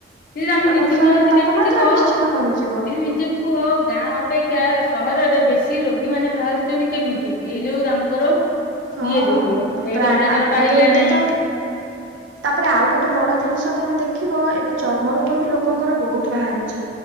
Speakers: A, on the left; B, on the right.
A: ଦିଦି ତମେ
B: କଟକ
A: ନିଜେ
B: ସହରର
A: ନିହାତି
B: ତାପମାତ୍ରା
A: ଦେଖିଥିବ,
B: ନିଶ୍ଚିନ୍ତ କମିଯିବ
A: ଯିଦି ନିଜେ କୁହ ଗାଁ ଅପେକ୍ଷା ସହ ଘରରେ ବେଶୀ ରୋଗୀ ମାନେ ବାହାରୁଛନ୍ତି କେମିତି? ଏଇ ଯୋଉ ତାଙ୍କର
B: ହଁ
A: ଇଏ ଯୋଗୁ ଏଇଠି
B: ପ୍ରାୟ
A: ଅମ୍ଳଜାନ
B: ଆଜ୍
A: ପାଇଲା
B: ଏବେ ଏବେ
A: ନାହିଁ
B: ତ ତାପରେ ଆଉ ଗୋଟେ ବଡ ଜିନିଷ ତମେ ଦେଖିବ, ଏବେ ଚର୍ମ ରୋଗ ବି ଲୋକଙ୍କର ବହୁତ ବାହାରୁଛି।